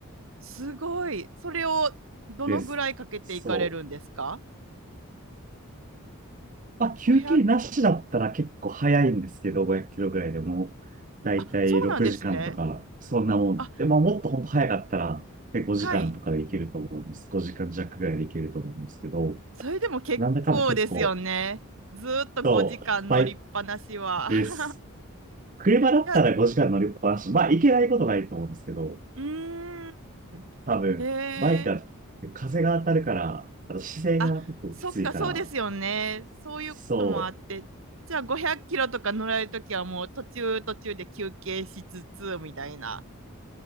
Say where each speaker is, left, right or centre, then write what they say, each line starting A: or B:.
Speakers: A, on the right; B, on the right.
A: すごい。それをどのぐらいかけていかれるんですか
B: です。そう。まあ、休憩なしだったら結構早いんですけど、
A: 5 0
B: 500キロぐらいでも、だいたい6時間とか、
A: あ、そうなんですね。
B: そんなもん。
A: あ、
B: で、まあ、もっと本当早かったら、で5時間とかで行けると思うんです。
A: はい。
B: 5時間弱ぐらいで行けると思うんですけど、
A: それでも結構ですよね。
B: なんだかんだ結構、
A: ずーっと5時間乗りっぱなしは。
B: そう、バイクです。
A: <laughs>
B: 車だったら5時間乗りっぱなし。
A: いや、う
B: まあ、行けないことないと思うんですけど、
A: ーん。
B: 多分、
A: へ
B: バイクは風が当たるから、
A: え。
B: あと姿勢が結構きついから、
A: あ、そっか、そうですよね。そういうこともあって。
B: そう。
A: じゃあ500キロとか乗られるときはもう途中途中で休憩しつつみたいな